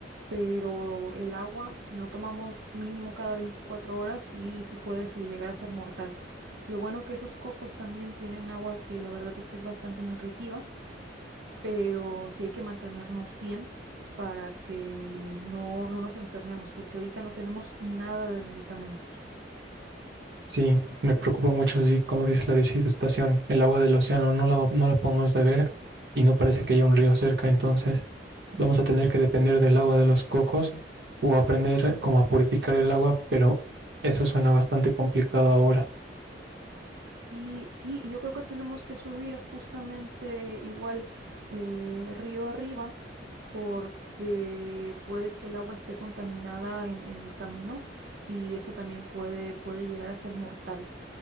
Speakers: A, on the right (about 85°); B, on the right (about 65°).
A: pero el agua, si no tomamos mínimo cada 24 horas, sí, sí puede se- llegar a ser mortal. Lo bueno que esos cocos también tienen agua que la verdad es que es bastante nutritiva, pero sí hay que mantenernos bien para que no, no nos enfermemos, porque ahorita no tenemos nada de medicamentos.
B: Sí, me preocupa mucho, sí, como dice la deshidratación, el agua del océano no la, no la podemos beber y no parece que haya un río cerca, entonces vamos a tener que depender del agua de los cocos o aprender cómo a purificar el agua, pero eso suena bastante complicado ahora.
A: Sí, sí, y yo creo que tenemos que subir justamente igual eh, río arriba porque puede que el agua esté contaminada en, en el camino y eso también puede, puede llegar a ser mortal.